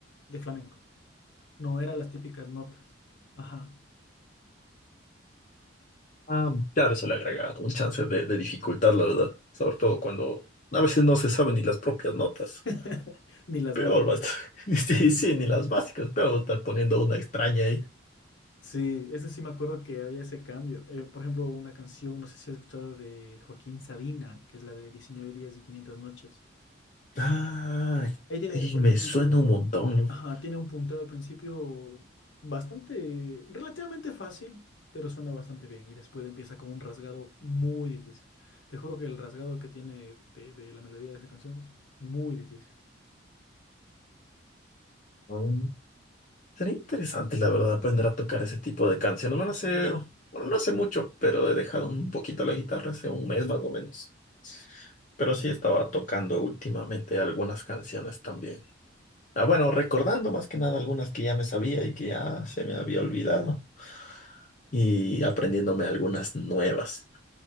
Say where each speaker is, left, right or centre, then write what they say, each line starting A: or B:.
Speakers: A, on the left; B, on the left.
A: de flamenco. No eran las típicas notas. Ajá.
B: Ah, claro, eso le agrega un chance de, de dificultad, la verdad. Sobre todo cuando a veces no se saben ni las propias notas.
A: <laughs> Ni las básicas.
B: Peor va a estar. <laughs> Sí, sí, ni las básicas. Peor va a estar poniendo una extraña
A: Sí, eso sí me acuerdo que había ese cambio. Eh, por ejemplo, una canción, no sé si has escuchado de Joaquín Sabina, que es la de 19 días y 500 noches.
B: Ah,
A: Ahí tiene,
B: y
A: por
B: me
A: ejemplo,
B: suena
A: ahí tiene,
B: un montón,
A: ajá, tiene un punteo al principio bastante, relativamente fácil, pero suena bastante bien. Y después empieza con un rasgado muy difícil. Te juro que el rasgado que tiene de, de la melodía de esa canción, muy difícil.
B: ¿no? Mm. Sería interesante, la verdad, aprender a tocar ese tipo de canciones. Bueno, hace, bueno, no hace mucho, pero he dejado un poquito la guitarra hace un mes más o menos. Pero sí estaba tocando últimamente algunas canciones también. Ah, bueno, recordando más que nada algunas que ya me sabía y que ya se me había olvidado. Y aprendiéndome algunas nuevas.